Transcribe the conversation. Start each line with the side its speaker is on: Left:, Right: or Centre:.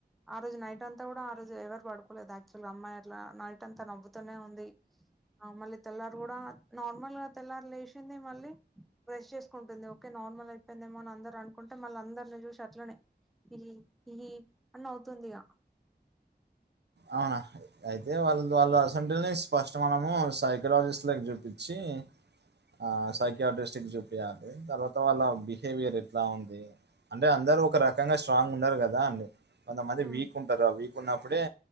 Centre: ఆ రోజు నైట్ అంతా కూడా ఆ రోజు ఎవరు పడుకోలేదు యాక్చువల్ గా అమ్మాయి అట్లా నైట్ అంతా నవ్వుతూనే ఉంది ఆ మళ్ళ తెల్లారి గూడా నార్మల్గా తెల్లారి లేచింది మళ్ళీ బ్రష్ చేసుకుంటుంది ఓకే నార్మల్ అయిపోయిదేమో అందర్ అనుకుంటే మళ్ళ అందరిని చూసి అట్లనే ఇహి ఇహి అని నవ్వుతుంది ఇగా
Right: అవునా అయితే వాళ్ళ వాళ్ళ అసంటలని స్పష్ట మనము సైకలాజిస్ట్ లాకి చూపించి ఆ సైకాడ్రీస్టిక్ కి చూపియాలే తర్వాత వాళ్ళ బిహేవియర్ ఎట్లా ఉంది అంటే అందరూ ఒక రకంగా స్ట్రాంగ్ ఉన్నారు కదా అండి. కొంతమంది
Centre: ఇగ
Right: వీక్ ఉంటారు ఆ వీక్ ఉన్నప్పుడే